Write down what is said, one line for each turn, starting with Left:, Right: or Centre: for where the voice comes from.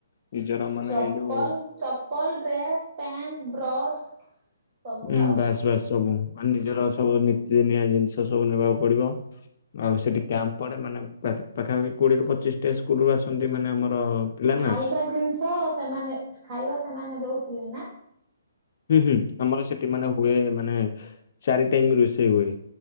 Left: ନିଜର ମାନେ
Right: ଚପଲ
Left: ଏଇ ଯୋଉ
Right: ଚପଲ ଡ୍ରେସ ପେଣ୍ଟ ବ୍ରସ୍ ସବୁ
Left: ଉଁ
Right: ଆଉ।
Left: ବାସ୍ ବାସ୍ ସବୁ ମାନେ ନିଜର ସବୁ ନିୀତିଦିନିଆ ଜିନିଷ। ସବୁ ନେବାକୁ ପଡିବ ଆଉ ସେଠି କ୍ୟାମ୍ଡେ ମାନେ ପାଖାପାଖି କୋଡିଏରୁ ପଚିଶ ସ୍କୁଲ ରୁ ଆସନ୍ତି ମାନେ ଆମର ପିଲା
Right: ଖାଇବା
Left: ନା
Right: ଜିନିଷ ସେମାନେ ଖାଇବା ସେମାନେ ଦଉଥିଲେ ନା?
Left: ହୁଁ ହୁଁ ଆମର ସେଠି ମାନେ ହୁଏ ମାନେ ଚାରି ଟାଇମ ରୋଷେଇ ହୁଏ।